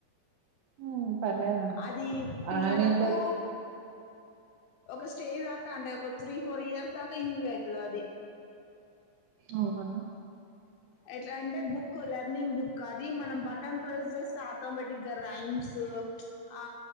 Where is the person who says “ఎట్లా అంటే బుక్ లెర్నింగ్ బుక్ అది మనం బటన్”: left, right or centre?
Left